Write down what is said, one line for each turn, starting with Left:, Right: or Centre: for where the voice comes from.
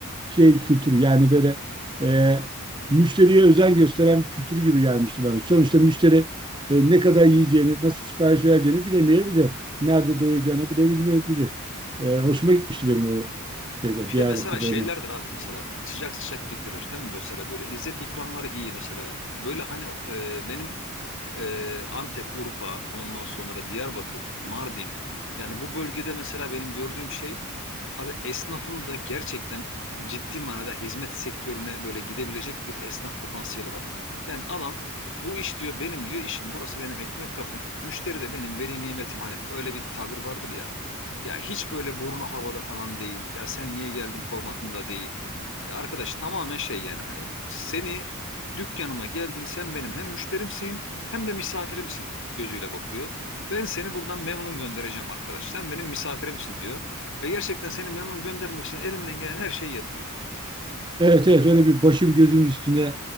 Right: şey kültürü yani böyle e, müşteriye özen gösteren bir kültür gibi gelmişti bana. Sonuçta müşteri e, ne kadar yiyeceğini, nasıl sipariş vereceğini bilemeyebilir. Nerede doyacağını bilemeyebilir. E, hoşuma gitmişti benim o şeyde
Left: Bir
Right: Diyarbakır'da
Left: de mesela şeylerdir
Right: olmam.
Left: abi mesela sıcak sıcak getirir değil mi? Mesela böyle İzzet ikramları iyi mesela. Böyle hani e, benim Ee, Antep, Urfa, ondan sonra Diyarbakır, Mardin. Yani bu bölgede mesela benim gördüğüm şey abi esnafın da gerçekten ciddi manada hizmet sektörüne böyle gidebilecek bir esnaf potansiyeli var. Yani adam bu iş diyor benim diyor işim burası benim ekmek kapım. Müşteri de benim veli nimetim hani öyle bir tabir vardır ya. Ya hiç böyle burnu havada falan değil. Ya sen niye geldin formatında değil. Ya arkadaş tamamen şey yani hani seni dükkanıma geldin sen benim hem müşterimsin hem de misafirimsin gözüyle bakıyor. Ben seni buradan memnun göndereceğim arkadaş. Sen benim misafirimsin diyor. Ve gerçekten seni memnun göndermek için elinden gelen her şeyi yapıyor.
Right: Evet evet öyle bir başım gözüm üstüne